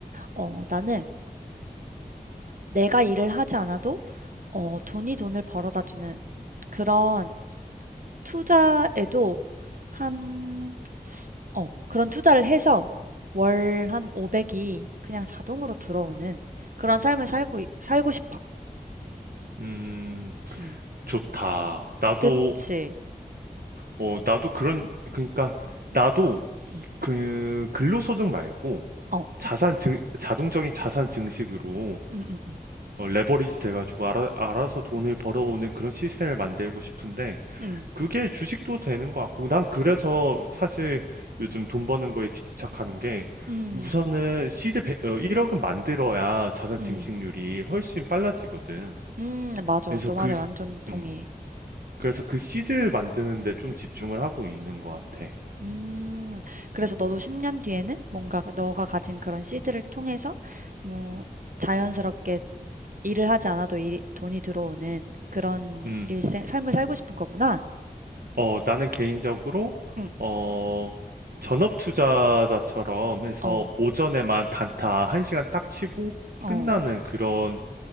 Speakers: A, on the right (about 60°); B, on the right (about 75°).
A: 어, 나는 내가 일을 하지 않아도, 어, 돈이 돈을 벌어다 주는 그런 투자에도 한 어, 그런 투자를 해서 월 한 500이 그냥 자동으로 들어오는 그런 삶을 살고, 살고 싶어.
B: 음,
A: 음,
B: 좋다. 나도
A: 그치.
B: 어 나도 그런 그러니까 나도 이- 그 근로소득 말고
A: 어,
B: 자산 증 자동적인 자산 증식으로
A: 음, 음, 음,
B: 어, 레버리지 돼가지고 알아, 알아서 돈을 벌어오는 그런 시스템을 만들고 싶은데
A: 음,
B: 그게 주식도 되는 것 같고, 난 그래서 사실 요즘 돈 버는 거에 집착하는 게,
A: 음,
B: 우선은 시드 1 어, 억은 만들어야 자산
A: 음,
B: 증식률이 훨씬 빨라지거든.
A: 음, 맞아.
B: 그래서
A: 너 말에
B: 그,
A: 완전
B: 시-
A: 동의해.
B: 음, 그래서 그 시드를 만드는데 좀 집중을 하고 있는 것 같아.
A: 음, 그래서
B: 음,
A: 너도 10년 뒤에는 뭔가 너가 가진 그런 씨드를 통해서 뭐 자연스럽게 일을 하지 않아도 일, 돈이 들어오는 그런
B: 음.
A: 일생, 삶을 살고 싶은 거구나.
B: 어, 나는 개인적으로,
A: 응,
B: 어, 전업 투자자처럼 해서
A: 어,
B: 오전에만 단타 1시간 딱 치고
A: 어,
B: 끝나는 그런